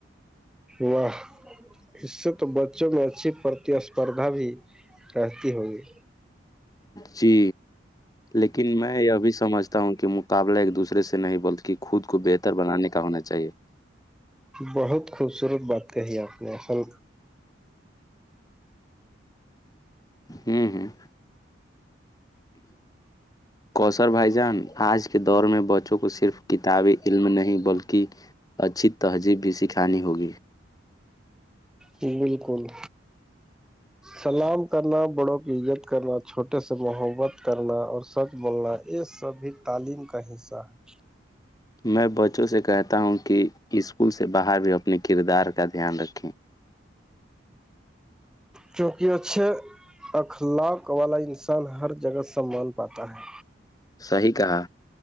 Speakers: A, in the centre; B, on the left.
A: واہ اس سے تو بچوں میں اچھی پرتیسپردھا بھی رہتی ہوگی
B: جی لیکن میں یہ بھی سمجھتا ہوں کہ مقابلہ ایک دوسرے سے نہیں بلکہ خود کو بہتر بنانے کا ہونا چاہیے
A: بہت خوبصورت بات کہی آپ نے اصل
B: ہوں ہوں کوثر بھائی جان آج کے دور میں بچوں کو صرف کتابی علم نہیں بلکہ اچھی تہذیب بھی سکھانی ہوگی
A: بالکل
B: <inaudible>
A: سلام کرنا بڑوں کی عزت کرنا چھوٹے سے محبت کرنا اور سچ بولنا یہ سبھی تعلیم کا حصہ ہے
B: میں بچوں سے کہتا ہوں کہ اسکول سے باہر بھی اپنے کردار کا دھیان رکھیں
A: کیونکہ اچھے اخلاق والا انسان ہر جگہ سمان پاتا ہے
B: صحیح کہا